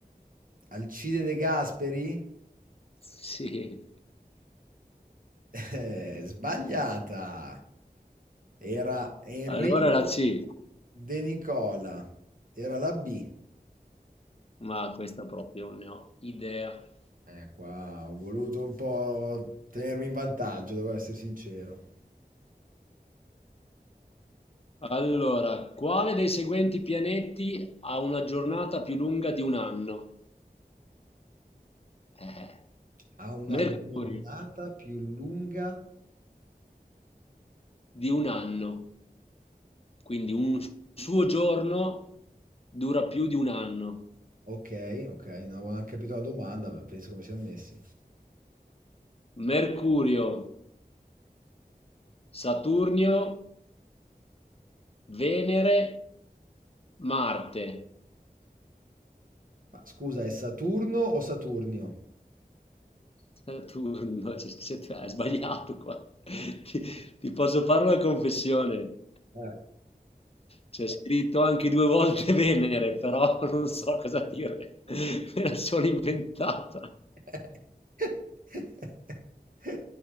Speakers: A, on the right; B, on the left.
A: Alcide De Gasperi?
B: Sì.
A: Eh, sbagliata. Era Enrico
B: Allora la C,
A: De Nicola. Era la B.
B: ma questa proprio non ne ho idea.
A: Eh, qua ho voluto un po' tenermi in vantaggio, devo essere sincero.
B: Allora, quale dei seguenti pianeti ha una giornata più lunga di un anno? Eh,
A: Ha una
B: Mercurio.
A: giornata più lunga.
B: di un anno, quindi un suo giorno dura più di un anno.
A: Ok, ok, non avevo neanche capito la domanda, beh, penso come siamo messi.
B: Mercurio, Saturnio, Venere, Marte.
A: Ma scusa, è Saturno o Saturnio?
B: Saturno, <laughs> c'è scritto- hai sbagliato qua. Ti, ti posso fare una confessione.
A: Eh,
B: C'è scritto anche due volte <laughs> Venere, però non so cosa dire. Me la sono inventata.
A: <laughs>